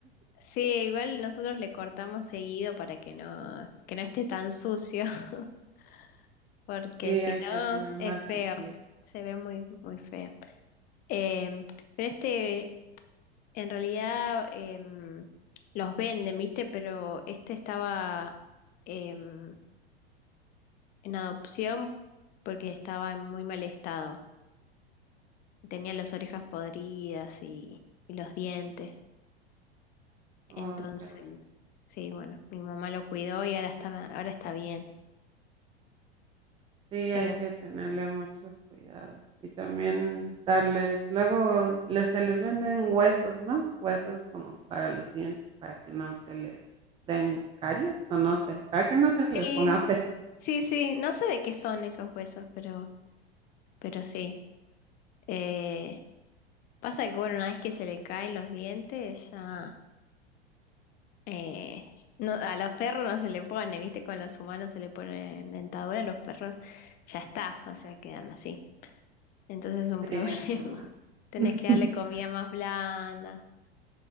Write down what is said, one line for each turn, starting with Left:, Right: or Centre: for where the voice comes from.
Left: Sí, igual nosotros le cortamos seguido para que no, que no esté tan sucio, <laughs> porque
Right: Sí,
Left: si
Right: hay que
Left: no
Right: tener
Left: es
Right: más
Left: feo,
Right: limpieza.
Left: se ve muy, muy feo. Eh, pero este, en realidad, em, los venden, ¿viste? Pero este estaba em, en adopción porque estaba en muy mal estado. Tenía las orejas podridas y, y los dientes.
Right: Oh,
Left: Entonces,
Right: qué bueno.
Left: sí, bueno, mi mamá lo cuidó y ahora está, ahora está bien.
Right: Sí,
Left: Pero
Right: hay que tenerle muchos cuidados y también darles, luego les, se les venden huesos, ¿no? Huesos como para los dientes, para que no se les den caries o no sé, para que no se les
Left: Sí,
Right: ponga <laughs> feo.
Left: sí, sí, no sé de qué son esos huesos, pero, pero sí. Eh, pasa que, bueno, una vez que se le caen los dientes, ya... eh, no, a los perros no se le pone, ¿viste? Con los humanos se le pone dentadura, a los perros ya está, o sea, quedan así. Entonces es un
Right: Sí,
Left: <laughs> problema.
Right: es lo malo.
Left: Tenés
Right: <laughs>
Left: que darle comida más blanda.